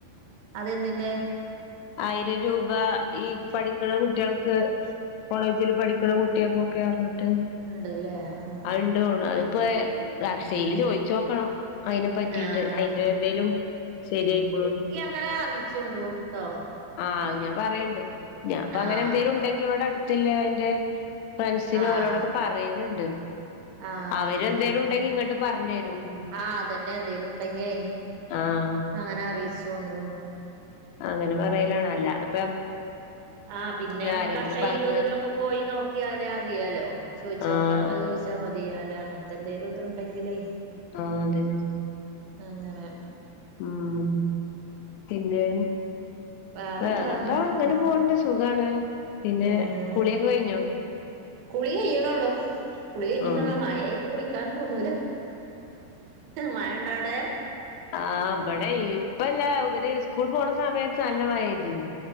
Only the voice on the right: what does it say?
അതെന്തിന്റെ
ഇണ്ട്ല്ലേ ആഹ്
ആഹ്
ഇങ്ങള് അറിയിച്ചൊണ്ടു ട്ടോ
ആഹ്
ആഹ്
ആഹ്
അതന്നെ
ആഹ് അതന്നെ എന്തേലും ഉണ്ടെങ്കിൽ
അങ്ങനെ അറിചൊണ്ടു
ആഹ് പിന്നെ നമ്മക്ക്
അക്ഷയിലും
ഇതിലൊക്കെ പോയി നോക്കിയാലേ അറിയാലോ ചോദിച്ചോക്കാ
അഹ് ചോദിച്ചാൽ മതിയൊ അല്ല അങ്ങനത്തെ എന്തേലും ഇത് ഇണ്ടെങ്കില്
അങ്ങനെ
വേറെന്താ
പോണു
ഉം
കുളി കഴിയണോള്ളൂ കുളി കഴിഞ്ഞിട്ട്
മായ കുളിക്കാന്ന് തോന്നൂല മായ ഇണ്ടേ അവിടെ